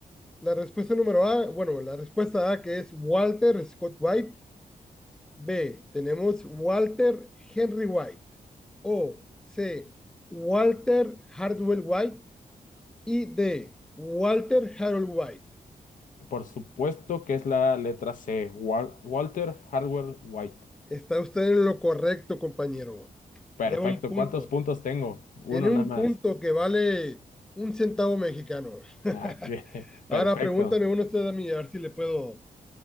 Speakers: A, in the centre; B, on the left.
A: la respuesta número A. Bueno, la respuesta A que es Walter Scott White. B, tenemos Walter Henry White. O, C, Walter Hardwell White. Y D, Walter Harold White.
B: Por supuesto que es la letra C, Wal- Walter Hardwell White.
A: Está usted en lo correcto, compañero.
B: Perfecto.
A: Lleva un punto.
B: ¿Cuántos puntos tengo? Uno
A: Tiene un
B: nada más.
A: punto que vale un centavo mexicano. <laughs>
B: Ah, <laughs> bien. Perfecto.
A: Ahora pregúntame uno usted a mí, a ver si le puedo